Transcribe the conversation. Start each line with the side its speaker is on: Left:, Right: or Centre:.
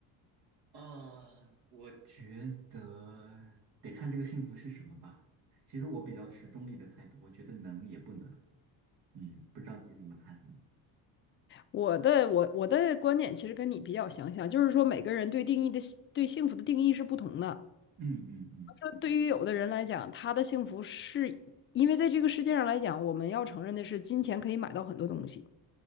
Right: 啊，我觉得得看这个幸福是什么吧。其实我比较持中立的态度，我觉得能也不能。嗯，不知道你是怎么看的
Left: 我的我我的观点其实跟你比较相像，就是说每个人对定义的对幸福的定义是不同的。
Right: 嗯嗯嗯
Left: 说对于有的人来讲，他的幸福是因为在这个世界上来讲，我们要承认的是，金钱可以买到很多东西。